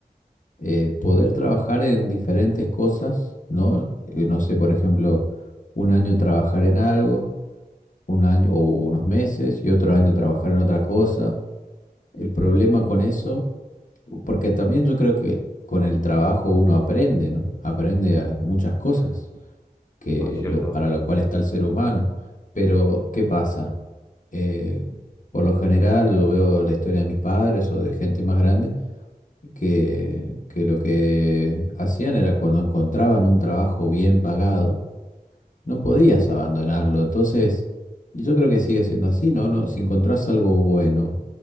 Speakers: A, on the left (about 55°); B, on the left (about 20°).
A: eh, poder trabajar en diferentes cosas, ¿no? Eh, no sé, por ejemplo, un año trabajar en algo, un año o unos meses y otro año trabajar en otra cosa. El problema con eso, porque también yo creo que con el trabajo uno aprende, ¿no? Aprende a muchas cosas. que
B: Muy cierto,
A: lo- para lo cual está el ser humano. Pero, ¿qué pasa? Eh, por lo general, yo veo la historia de mis padres o de gente más grande, que, que lo que hacían era cuando encontraban un trabajo bien pagado, no podías abandonarlo. Entonces, y yo creo que sigue siendo así, ¿no?
B: sí,
A: No, si encontrás algo bueno,